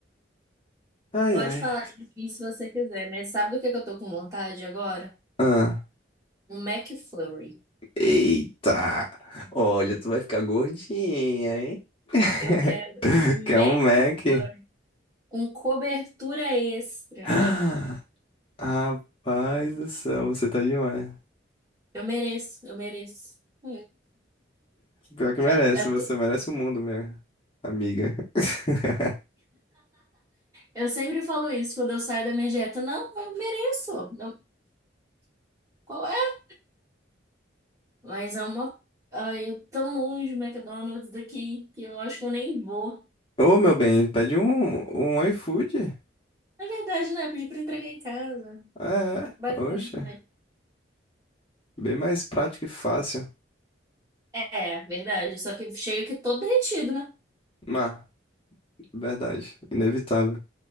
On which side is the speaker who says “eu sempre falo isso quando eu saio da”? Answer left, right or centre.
Right